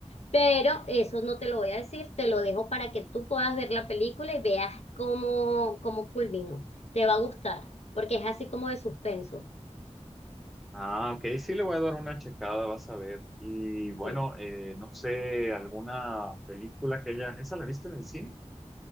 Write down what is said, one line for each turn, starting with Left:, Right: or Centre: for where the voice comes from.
Left: Pero eso no te lo voy a decir, te lo dejo para que tú puedas ver la película y veas cómo, cómo culminó. Te va a gustar, porque es así como de suspenso.
Centre: Ah, ok, sí le voy a dar una checada, vas a ver. Y bueno,
Left: Sí.
Centre: eh, no sé, alguna película que ella, ¿esa la viste en el cine?